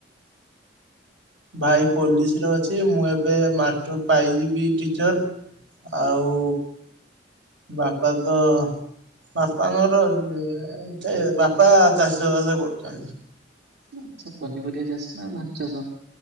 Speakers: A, on the right; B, on the right.
A: ଭାଇ ପୋଲିସରେ ଅଛି ମୁଁ ଏବେ ମାଷ୍ଟର ପାଇଯିବି ଟିଚର୍। ଆଉ ବାପା ତ ବାପାଙ୍କ ସେ ବାପା ଚାଷ ବାସ କରୁଛନ୍ତି।
B: ଆଛା ପନିପରିବା ଚାଷ ନା ଧାନ ଚାଷ